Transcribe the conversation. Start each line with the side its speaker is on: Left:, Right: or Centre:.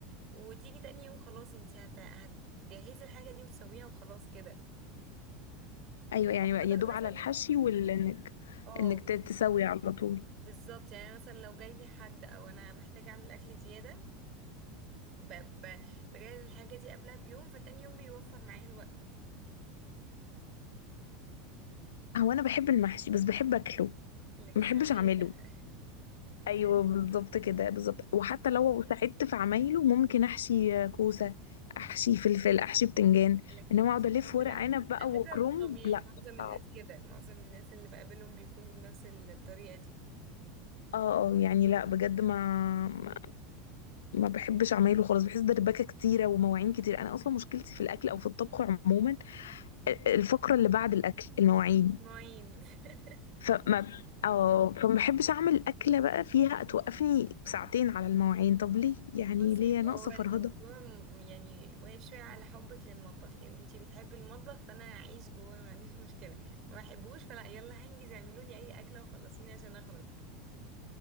Right: وتيجي تاني يوم خلاص انتي هت- هتجهزي الحاجه دي وتسويها وخلاص كده
Left: ايوه يعني
Right: طب
Left: بقى
Right: اقدر
Left: يا دوب
Right: مثلا
Left: على الحشي وال انك
Right: اه
Left: انك ت- تسوي على طول
Right: بالظبط يعني مثلا لو جاي لي حد او انا محتاجه اعمل اكل زياده ب... ب... بجهز الحاجه دي قبلها بيوم فتاني يوم بيوفر معايا الوقت
Left: هو انا بحب المحشي بس بحب اكله
Right: لكن
Left: ما بحبش
Right: عمال
Left: اعمله
Right: لا
Left: ايوه بالظبط كده بالظبط وحتى لو ساعدت في عمايله ممكن احشي كوسه احشي فلفل احشي بتنجان
Right: <laughs> لكن
Left: انما
Right: محشي
Left: اقعد الف
Right: كرنب
Left: ورق
Right: لا
Left: عنب بقى
Right: على فكره
Left: وكرنب
Right: طبيعي
Left: لا
Right: معظم الناس
Left: صعب
Right: كده معظم الناس اللي بقابلهم بيكونوا بنفس الطريقه دي
Left: اه اه يعني لا بجد ما ما ما بحبش اعمله خالص بحس دربكه كتيره ومواعين كتير انا اصلا مشكلتي في الاكل او في الطبخ عموما آه، آه، الفقره اللي بعد الاكل المواعين
Right: معين <laughs>
Left: فما اه فما بحبش اعمل اكله بقى فيها توقفني ساعتين على المواعين طب ليه يعني
Right: بصي
Left: ليه ناقصه
Right: هو الموضوع
Left: فرهضه
Right: م- يعني واقف شوية على حبك للمطبخ يعني انتي بتحبي المطبخ فانا هعيش جوه ما عنديش مشكلة ما بحبوش فلا يلا هنجز اعملوا لي اي اكلة وخلصوني عشان اخرج